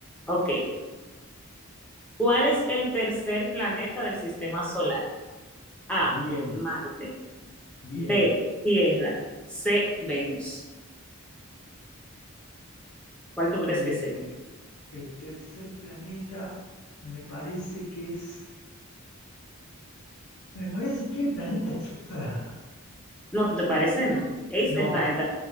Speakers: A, in the centre; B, on the left.
A: Ok. ¿Cuál es el tercer planeta del sistema solar? A,
B: Bien,
A: Marte.
B: bien.
A: B, Tierra. C, Venus. ¿Cuál tú crees
B: Eh,
A: que sea?
B: el tercer planeta me parece que es... Me parece que es el planeta Tierra.
A: ¿No te parece? No. Es
B: No,
A: el planeta.